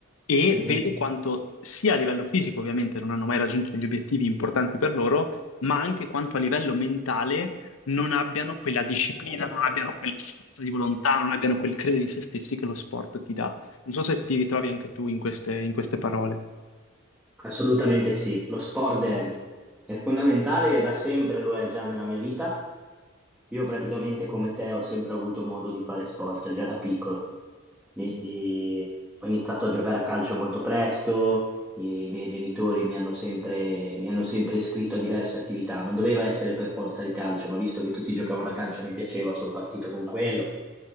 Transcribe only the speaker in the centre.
Mhm.
Assolutamente sì, lo sport è, è fondamentale e da sempre lo è già nella mia vita. Io praticamente come te ho sempre avuto modo di fare sport già da piccolo, quindi ho iniziato a giocare a calcio molto presto, i miei genitori mi hanno sempre, mi hanno sempre iscritto a diverse attività, non doveva essere per forza il calcio, ma visto che tutti giocavano a calcio e mi piaceva, sono partito con quello.